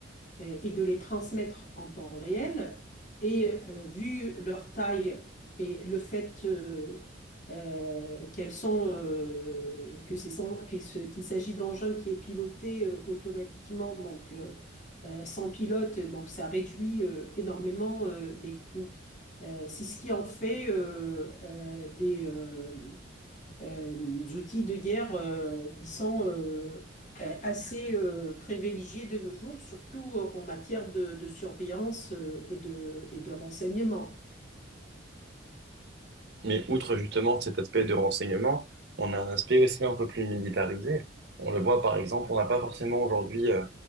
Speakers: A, on the left; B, on the right.
A: euh, et de les transmettre en temps réel. Et euh, vu leur taille et le fait euh, euh, qu'elles sont, euh, que c'est sans- que ce- qu'il s'agit d'engins qui est piloté euh, automatiquement, donc euh, euh, sans pilote, donc ça réduit euh, énormément euh, les coûts. Euh, c'est ce qui en fait euh, euh, des, euh, euh, outils de guerre euh, qui sont euh, euh, assez euh, privilégiés de nos jours, surtout euh, en matière de, de surveillance euh, et de, et de renseignement.
B: Mais outre justement cet aspect de renseignement, on a un aspect aussi un peu plus militarisé. On le voit par exemple, on n'a pas forcément aujourd'hui euh,